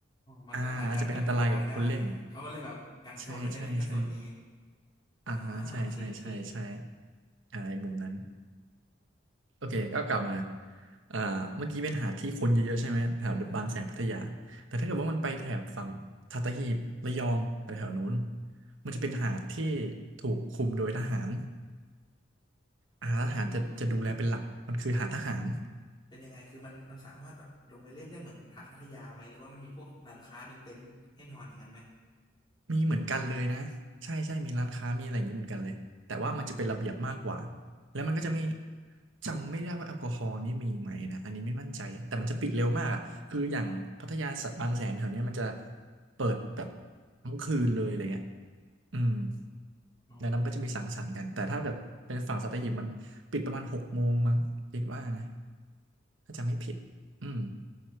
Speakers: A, on the left; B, on the right.
A: มันก็อาจจะเกิดอันตรายได้
B: อ่าอาจจะเป็นอันตรายกับคนเล่น
A: เขาก็เลยแบบกันโซนไว้ให้เล่นแค่โซนนี้
B: ใช่ใช่ใช่อ่าฮะใช่ใช่ใช่ใช่
A: อ่าโอเคโอเค
B: อ่าในมุมนั้น โอเคก็กลับมาอ่าเมื่อกี้เป็นหาดที่คนเยอะๆใช่ไหม แถวบางแสนพัทยา
A: ใช่
B: แต่ถ้าเกิดว่ามันไปแถบฝั่งสัตหีบระยองแถวๆนู้นมันจะเป็นหาดที่ถูกคุมโดยทหารอาทหารจะจะดูแลเป็นหลัก
A: อืมมั
B: มันคือหาดทหาร
A: น เป็นยังไงคือมันมันสามารถแบบลงไปเล่นได้เหมือนหาดพัทยาไหมหรือว่ามันมีพวกร้านค้าเป็นเต็นท์ให้นอนอย่างนั้นไหม
B: มีเหมือนกันเลยนะใช่ใช่มีร้านค้ามีอะไรอย่างนี้เหมือนกันเลยแต่ว่ามันจะเป็นระเบียบมากกว่าแล้วมันก็จะไม่จำไม่ได้ว่าแอลกอฮอล์นี่มีไหมนะอันนี้ไม่มั่นใจแต่มันจะปิดเร็วมากอ่ะคืออย่างพัทยาสะบางแสนแถวเนี้ยมันจะเปิดแบบทั้งคืนเลยอะไรเงี้ยอืม
A: อ๋อ
B: ดังนั้นมันก็จะมีสังสรรค์กันแต่ถ้าแบบเป็นฝั่งสัตหีบมันปิดประมาณหกโมงมั้งคิดว่านะถ้าจำไม่ผิด อืม